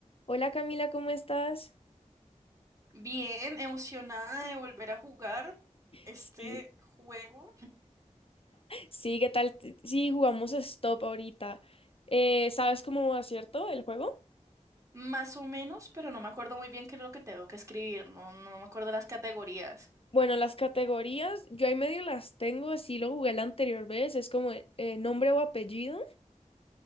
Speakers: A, on the left; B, on the right.
A: Hola Camila, ¿cómo estás?
B: Bien, emocionada de volver a jugar este
A: Sí,
B: juego,
A: sí, ¿qué tal? T- Sí, jugamos Stop ahorita. Eh, ¿sabes cómo va, cierto, el juego?
B: más o menos, pero no me acuerdo muy bien qué es lo que tengo que escribir, no, no me acuerdo las categorías.
A: Bueno, las categorías, yo ahí medio las tengo, así lo jugué la anterior vez, es como eh, nombre o apellido,